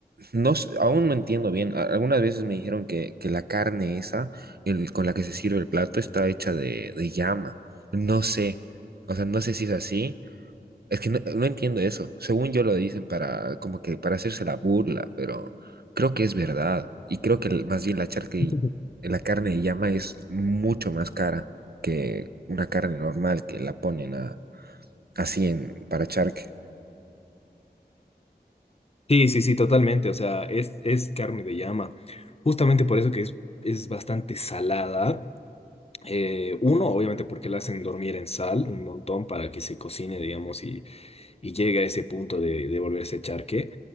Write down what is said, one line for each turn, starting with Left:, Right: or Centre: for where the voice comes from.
Right: no, s- aún no entiendo bien. A- Algunas veces me dijeron que, que la carne esa el- con la que se sirve el plato está hecha de, de llama. No sé, o sea, no sé si es así. Es que no, no entiendo eso. Según yo lo dicen para como que para hacerse la burla, pero creo que es verdad. Y creo que el- más bien la charca y-
Left: <laughs>
Right: la carne de llama es mucho más cara que una carne normal que la ponen así en, para charque,
Left: Sí, sí, sí, totalmente. O sea, es, es carne de llama. Justamente por eso que es, es bastante salada. Eh, uno, obviamente porque la hacen dormir en sal un montón para que se cocine, digamos, y y llega a ese punto de, de volverse charque,